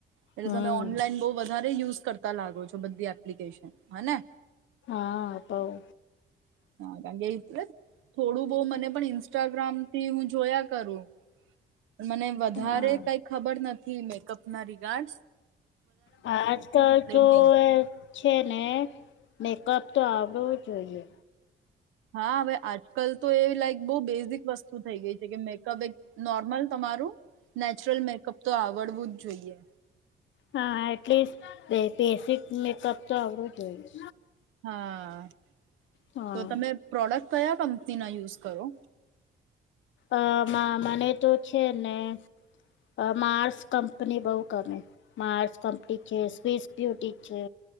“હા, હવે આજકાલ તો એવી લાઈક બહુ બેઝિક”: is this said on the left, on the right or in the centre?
Right